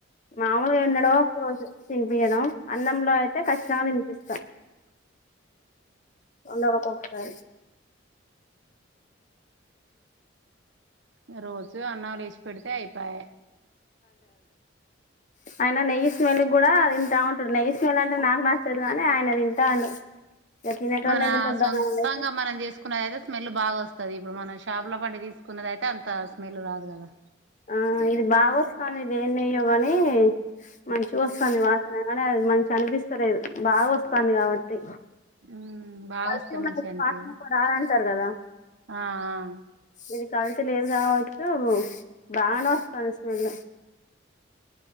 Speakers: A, on the left (about 40°); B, on the right (about 65°).
A: మాములుగ ఎన్నడో ఒక రోజు తినిపియడం. అన్నంలో అయితే ఖచ్చితంగ తినిపిస్తా. రెండు రోజులకు ఒకసారి
B: ఇంగ రోజు అన్నంలో ఏసి పెడితే అయిపాయ.
A: ఆ ఆయన నెయ్యి స్మెల్క్ కూడా తింటా ఉంటడు. నెయ్యి స్మెల్ అంటే నాకు నచ్చదు గాని ఆయన తింటాండు. ఇక తినేటోన్ని
B: మన
A: ఎందుకు వద్దనం
B: సొంతంగా
A: అనేసి
B: మనం చేసుకున్నది అయితే స్మెల్ బాగొస్ తది ఇప్పుడు మనం షాప్ లో పడి తీసుకున్నది అయితే అంత స్మెల్ రాదు కదా!
A: ఆ ఇది బాగొస్తాంది ఇదేం నైయో గాని మంచిగోస్తంది వాసన. కాని అది మంచి అనిపిస్తలేదు. బాగొస్తాంది కాబట్టి.
B: మ్మ్ బాగా
A: కల్తీ
B: వస్తే
A: ఉన్నది
B: మంచిగా అనిపియదు
A: <unintelligible> అంటారు కదా!
B: ఆ ఆ
A: ఇది కల్తీ లేదు కావచ్చు, బానే వస్తది స్మెల్.